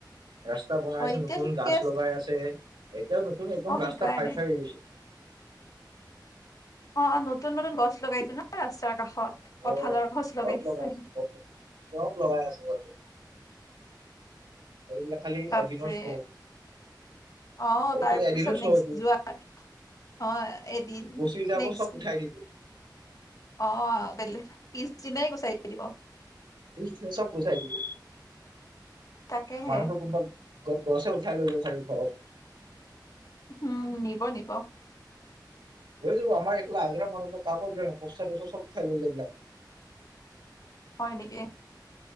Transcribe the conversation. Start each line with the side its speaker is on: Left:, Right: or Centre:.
Right: ৰাস্তা বনাই
Left: অ
Right: আছে
Left: এতিয়া
Right: নতুন
Left: ঠিকে
Right: গছ লগাই আছে এতিয়াও নতুন একদম
Left: অ
Right: ৰাস্তা
Left: সেইকাৰণে
Right: ফাই ফাই হৈ গৈছে।
Left: অ' অ' নতুন নতুন ব গছ লগাইছে ন ৰাস্তাৰ কাষত কঁঠালৰ
Right: অ
Left: গছ লগাইছে।
Right: চব লগাই আছে চব চব লগাই আছে সিহঁতে এইবিলাক খালি
Left: বাপৰে
Right: এদিনৰ শ্ব'
Left: অ',
Right: এইটো
Left: তাৰপিছত
Right: খালি এদিনৰ শ্ব'
Left: নেক্সট
Right: এইটো
Left: যোৱা হয়। এদিন
Right: গুচি যাব
Left: নেক্স
Right: চব উঠাই দিব
Left: অ', বেলেগ পিছ চিনাই গুচাই দিব।
Right: এই চে, চব গুচাই দিব।
Left: তাকেহে
Right: মানুহটো <unintelligible> গ-গছে উঠাই লৈ গ'ল চাগে ঘৰত।
Left: উম, নিব নিব।
Right: লৈ যাব আমাৰ এইটো আজাৰা মানুহ বিলাক কাকো <unintelligible> পষ্ট অফিছৰ চব উঠাই লৈ যায় এইবিলাক।
Left: হয় নেকি।